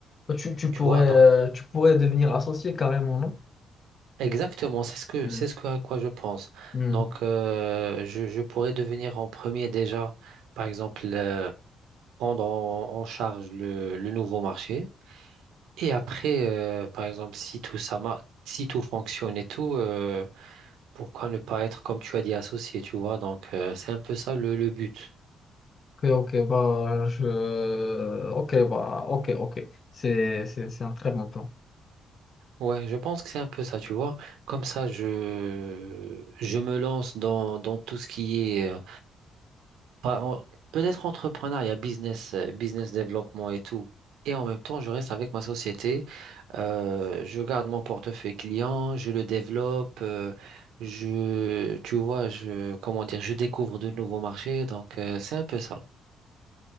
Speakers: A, on the left; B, on the right.
A: ok. Tu, tu
B: Tu
A: pourrais,
B: vois, donc,
A: euh, tu pourrais devenir associé carrément, non?
B: exactement, c'est ce que,
A: Hmm,
B: c'est ce que, à quoi je pense.
A: hmm.
B: Donc, euh, je, je pourrais devenir en premier déjà, par exemple, euh, prendre en, en charge le, le nouveau marché. Et après, euh, par exemple, si tout ça mar- si tout fonctionne et tout, euh, pourquoi ne pas être, comme tu as dit, associé, tu vois? Donc, euh, c'est un peu ça le, le but.
A: Ok, ok, bah, je... Ok, bah, ok, ok. C'est, c'est, c'est un très bon plan.
B: Ouais, je pense que c'est un peu ça, tu vois. Comme ça, je, je me lance dans, dans tout ce qui est euh, Pas- en- Peut-être entrepreneuriat, business, euh, business développement et tout. Et en même temps, je reste avec ma société. Euh, je garde mon portefeuille client, je le développe. euh, je, tu vois, je, comment dire, je découvre de nouveaux marchés. Donc, euh, c'est un peu ça.